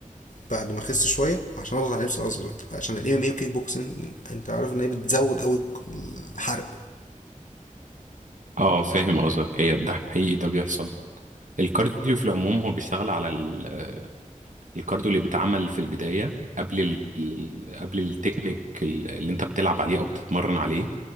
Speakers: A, on the left; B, on the right.
A: بعد ما اخس شويه وعشان اضغط على نفسي اصغر عشان الام ام اي والكيك بوكسنج انت عارف ان هي بتزود قوي الحرق
B: اه فاهم قصدك هي ده حقيقي ده بيحصل الكارديو في العموم هو بيشتغل على ال- آه، الكارديو اللي بيتعمل في البداية قبل ال... قبل التكنيك اللي انت بتلعب عليه او بتتمرن عليه